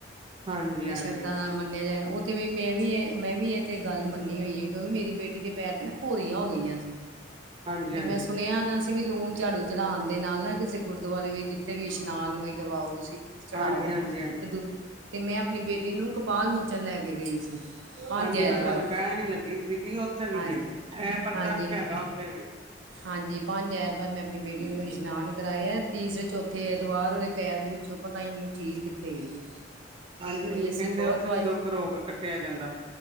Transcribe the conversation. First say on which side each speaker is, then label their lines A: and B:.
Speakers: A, on the right; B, on the right.
A: ਹਾਂਜੀ
B: ਬਈ
A: ਹਾਂਜੀ
B: ਸ਼ਰਧਾ ਨਾਲ ਮੰਨਿਆ ਜਾਏ ਓ ਤੇ ਵਈ ਮੈਂ ਵੀ ਐ ਮੈਂ ਵੀ ਐ ਤੇ ਗੱਲ ਮੰਨੀ ਹੋਈ ਏ ਕਿਉਂਕਿ ਮੇਰੀ ਬੇਟੀ ਦੇ ਪੈਰ ਤੇ ਨਾ ਭੋਰੀਆਂ ਹੋ ਗਈਆਂ ਸੀ
A: ਹਾਂਜੀ
B: ਤੇ
A: ਹਾਂਜੀ
B: ਮੈਂ ਸੁਣਿਆ ਨਾ ਵੀ ਲੂਣ ਝਾੜੂ ਚੜਾਣ ਦੇ ਨਾਲ ਨਾ ਕਿਸੇ ਗੁਰਦੁਆਰੇ ਵੀ ਜਿੱਥੇ ਵੀ ਇਸ਼ਨਾਨ ਵਈ ਕਰਵਾਓ ਤੁਸੀ
A: ਹਾਂਜੀ
B: ਚੜਾਓ
A: ਹਾਂਜੀ ਹਾਂਜੀ
B: ਤੇ ਦ ਤੇ ਮੈਂ ਆਪਣੀ ਬੇਟੀ ਨੂੰ ਕਪਾਲ ਮੋਚਨ ਲੈ ਕੇ ਗਈ ਸੀ। ਪੰਜ
A: ਹਾਂਜੀ
B: ਐਤਵਾਰ
A: ਮੈਂ ਤਾਨੂੰ ਕੈਣ ਈ ਲੱਗੀ ਸੀਗੀ ਉੱਥੇ ਵੀ
B: ਹਾਂਜੀ
A: ਐ ਐ ਪ੍ਰਤੱਕਸ਼
B: ਹਾਂਜੀ
A: ਹੈਗਾ ਉੱਥੇ ਵੀ।
B: ਹਾਂਜੀ ਪੰਜ ਐਤਵਾਰ ਮੈਂ ਆਪਣੀ ਬੇਟੀ ਨੂੰ ਇਸ਼ਨਾਨ ਕਰਵਾਇਆ ਤੀਸਰੇ, ਚੌਥੇ ਐਤਵਾਰ ਉਹਦੇ ਪੈਰ ਦੇ ਵਿੱਚ ਤੇ ਉਹ ਪਤਾ ਹੀ ਨੀ ਉਹ ਚੀਜ਼ ਕਿੱਥੇ ਗਈ ਹੈ।
A: ਹਾਂਜੀ-ਹਾਂਜੀ
B: ਬਈ ਅਸੀਂ
A: ਕਹਿੰਦੇ
B: ਬਹੁਤ
A: ਉੱਥੇ
B: ਦਵਾਏ
A: ਵੀ ਦੁੱਖ ਰੋਗ ਕੱਟਿਆ ਜਾਂਦਾ।